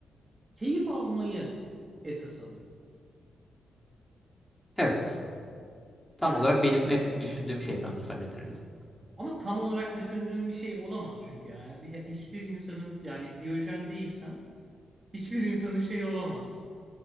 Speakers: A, on the right (about 30°); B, in the centre.
A: keyif almayı esas alıyor.
B: Evet. Tam
A: Yani
B: olarak benim hep düşündüğüm şey sanırsam hedonizm.
A: Ama tam olarak düşündüğüm bir şey olamaz çünkü yani Hi- hiçbir insanın yani Diyojen değilsen hiçbir insanın şeyi olamaz.